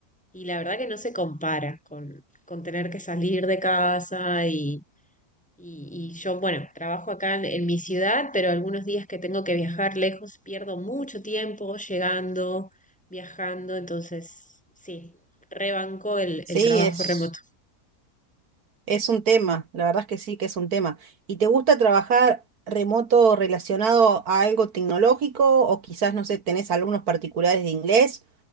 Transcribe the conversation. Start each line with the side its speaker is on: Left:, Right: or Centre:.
Centre: y la verdad que no se compara con, con tener que salir de casa y, y, y yo, bueno, trabajo acá en, en mi ciudad, pero algunos días que tengo que viajar lejos pierdo mucho tiempo llegando, viajando, entonces sí, rebanco el
Right: Sí,
Centre: el trabajo
Right: es...
Centre: remoto.
Right: Es un tema, la verdad es que sí, que es un tema. ¿Y te gusta trabajar remoto relacionado a algo tecnológico o quizás, no sé, tenés alumnos particulares de inglés